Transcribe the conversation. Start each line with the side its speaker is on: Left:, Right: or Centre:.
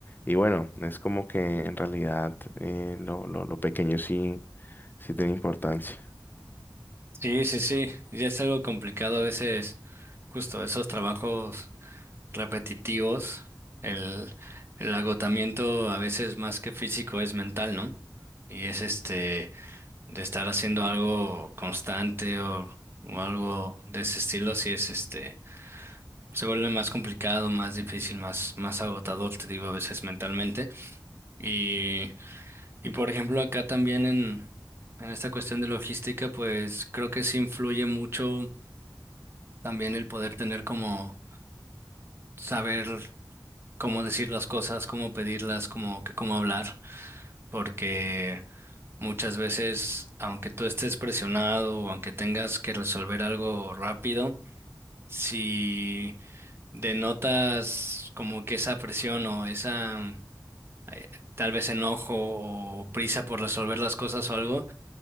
Left: y bueno, es como que en realidad eh, lo, lo, lo pequeño sí, sí tiene importancia.
Right: Sí, sí, sí, ya es algo complicado a veces, justo esos trabajos repetitivos, el, el agotamiento a veces más que físico es mental, ¿no? Y es este, de estar haciendo algo constante o, o algo de ese estilo, sí es este, se vuelve más complicado, más difícil, más, más agotador, te digo, a veces mentalmente. Y, y por ejemplo, acá también en, en esta cuestión de logística, pues creo que sí influye mucho También el poder tener como saber cómo decir las cosas, cómo pedirlas, cómo, que, cómo hablar, porque muchas veces, aunque tú estés presionado o aunque tengas que resolver algo rápido, si denotas como que esa presión o esa eh, tal vez enojo o prisa por resolver las cosas o algo,